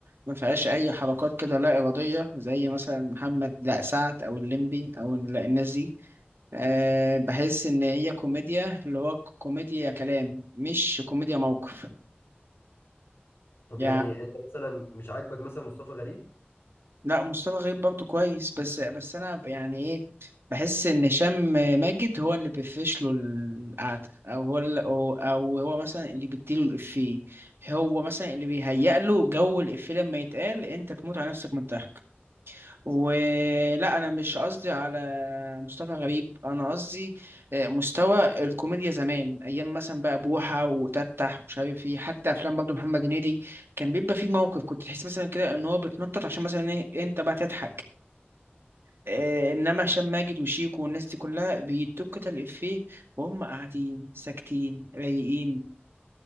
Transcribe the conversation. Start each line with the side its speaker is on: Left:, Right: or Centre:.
Right: ما فيهاش أي حركات كده لا إرادية زي مثلا محمد لا سعد أو الليمبي أو ال- الناس دي أه بحس إن هي كوميديا اللي هو كوميديا كلام مش كوميديا موقف
Left: طب
Right: يعني
Left: يعني انت مثلا مش عاجبك مثلا مصطفى غريب
Right: لا مصطفى غريب برضه كويس بس بس انا ب- يعني ايه بحس ان هشام ماجد هو اللي بيفرش له القعده او هو اللي أو, او هو مثلا اللي بيديله الافيه هو مثلا اللي بيهيأ له جو الافيه لما يتقال انت تموت على نفسك من الضحك ولا انا مش قصدي على مصطفى غريب انا قصدي آه، مستوى الكوميديا زمان ايام مثلا بقى بوحه وتتح ومش عارف ايه حتى افلام برضه محمد هنيدي كان بيبقى فيه موقف كنت تحس مثلا كده ان هو بتنطط عشان مثلا ايه انت بقى تضحك إيه، انما هشام ماجد وشيكو والناس دي كلها بيدوك كده الافيه وهم قاعدين ساكتين رايقين